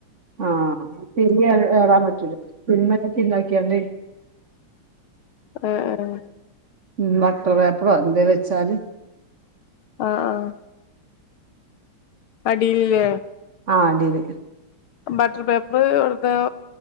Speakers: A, on the right; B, on the left.
A: ആ ശരി ഏറാ ഏറാൻ പറ്റൂല സിമിലൊക്കെ ഇണ്ടാക്കിയൊണ്ട്
B: ആ ആ
A: ഉം ബട്ടർ പേപ്പറൊ എന്തേലും വെച്ചാല്
B: ആഹ് ആഹ് അടില്ലേ
A: ആഹ് അടില്ല്
B: ബട്ടർ പേപ്പർ വെക്കാ